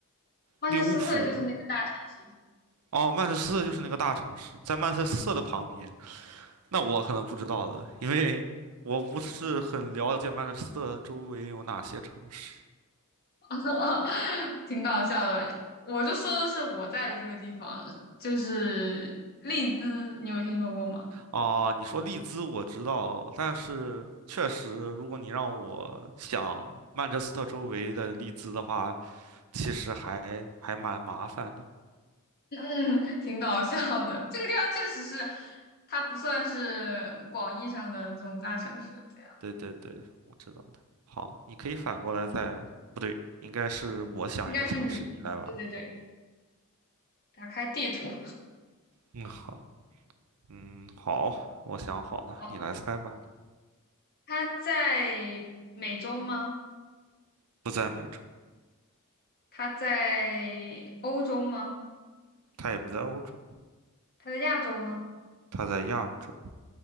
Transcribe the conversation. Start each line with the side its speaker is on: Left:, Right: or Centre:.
Left: 曼彻斯特就是那个大城市。
Right: 利物浦？哦，曼彻斯特就是那个大城市，在曼彻斯特的旁边。那我可能不知道了，
Left: 对，
Right: 因为我不是很了解曼彻斯特周围有哪些城市。
Left: <laughs> 挺搞笑的。我就说的是我在的这个地方，就是利兹，你有听说过吗？
Right: 哦，你说利兹我知道，但是确实，如果你让我想曼彻斯特周围的利兹的话，其实还还蛮麻烦的。
Left: <laughs> 嗯，挺搞笑的。这个地方确实是，它不算是广义上的这种大城市，这样
Right: 对对对，我知道的。好，你可以反过来再，不对，应该是我想一个城市，
Left: 应该是你。
Right: 你来玩。
Left: 对对对，打开地图。
Right: 嗯，好，嗯，好，我想好了，
Left: 哦，
Right: 你来猜吧。
Left: 他在美洲吗？
Right: 不在美洲，
Left: 他在欧洲吗？
Right: 它也不在欧洲，
Left: 他在亚洲吗
Right: 它在亚洲。